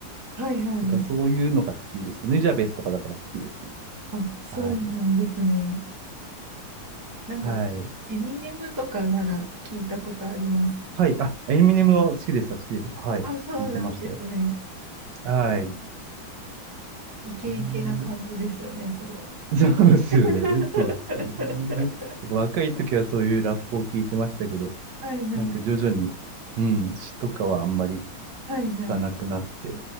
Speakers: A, on the right (about 25°); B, on the right (about 70°).
A: はい、はい、はい。
B: だからそういうのが好きでした。ヌジャベスとかだから好きですね。
A: あ、そうなんですね。
B: はい。
A: なんか、
B: はい。
A: エミネムとかなら聞いたことあります。
B: はい。あ、エミネムは好きでした、好きでした。はい。
A: あ、そうなんですね。
B: 聞いてましたよ。はい。
A: イケイケな感じですよね、
B: エミネム。
A: すごい。
B: そうですよね。
A: <laughs>
B: そうですよね。若い時はそういうラップを聞いてましたけど、
A: はいはい。
B: なんか徐々に、うん、詩とかはあんまり聞
A: はいはい。
B: かなくなって。